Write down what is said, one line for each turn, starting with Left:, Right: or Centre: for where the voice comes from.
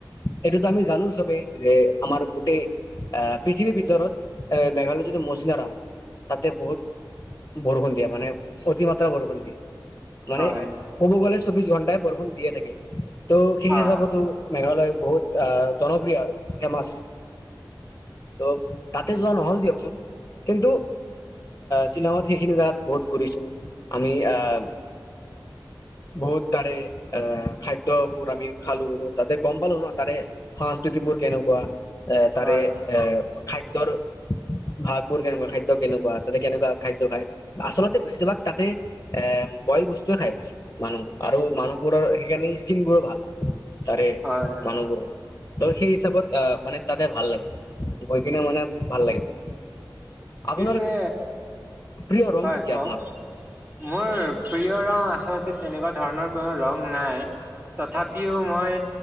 Left: এইটোতো আমি জানো চবেই যে আমাৰ গোটেই আহ পৃথিৱীৰ ভিতৰত এ মেঘালয়ত যিটো মৌচিনৰাম তাতে বহুত বৰষুণ দিয়ে মানে অতিমাত্ৰা বৰষুণ দিয়ে মানে
Right: হয়
Left: ক'ব গ'লে চৌবিছ ঘণ্টাই বৰষুণ দিয়ে থাকে ত' সেই হিচাপতো
Right: অ
Left: মেঘালয় বহুত আহ জনপ্ৰিয় আৰু ফেমাচ ত' তাতে যোৱা নহ'ল দিয়কচোন কিন্তু শ্বিলঙত সেইখিনি জেগাত বহুত ঘূৰিছো আমি আহ বহুত তাৰে আহ খাদ্যবোৰ আমি খালো তাতে গম পালো ন তাৰে সংস্কৃতিবোৰ কেনেকোৱা এ তাৰে
Right: হয়
Left: এ খাদ্য খাদ্যৰ ভাগবোৰ কেনেকোৱা খাদ্য কেনেকোৱা তাতে কেনেকোৱা খাদ্য খায় আচলতে বেছিভাগ তাতে এ বইল বস্তুৱে খায় বেছি মানুহ আৰু মানুহবোৰৰ সেইখিনি স্কিনবোৰো ভাল তাৰে
Right: হয় হয়
Left: মানুহবোৰ ত সেই হিচাপত আহ মানে তাতে ভাল লাগে গৈ কিনে মানে ভাল লাগিছে আপোনাৰ
Right: পিছে
Left: প্ৰিয় ৰংটো
Right: হয়
Left: কি
Right: কওক
Left: আপোনাৰ
Right: মোৰ প্ৰিয় ৰং আচলতে তেনেকোৱা ধৰণৰ কোনো ৰং নাই তথাপিও মই